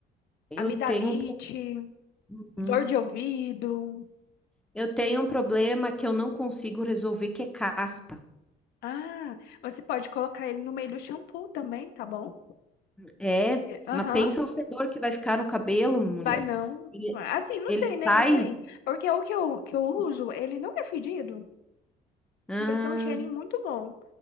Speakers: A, in the centre; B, on the left.
A: eu
B: amidalite,
A: tenho um, pro- Uhum.
B: Dor de ouvido.
A: eu tenho um problema que eu não consigo resolver, que é caspa.
B: Ah, você pode colocar ele no meio do shampoo também, tá bom?
A: É,
B: E- Aham,
A: mas pensa o fedor que vai ficar no cabelo, mulher.
B: vai não.
A: Ele,
B: Assim, não
A: ele
B: sei,
A: sai.
B: né? Esse aí. Porque o que eu, que eu uso, ele não é fedido.
A: Ah,
B: Ele tem um cheirinho muito bom.